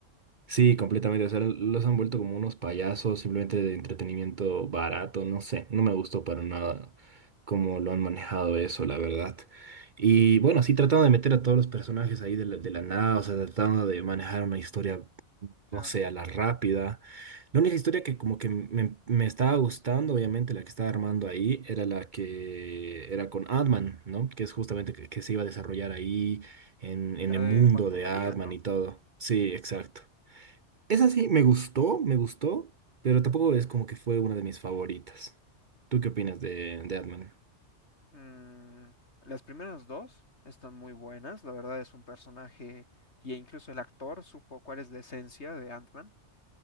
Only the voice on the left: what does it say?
claro.
La
de Quantum
Manía,
¿no?
Mm, las primeras dos están muy buenas, la verdad es un personaje y incluso el actor supo cuál es la esencia de Ant-Man,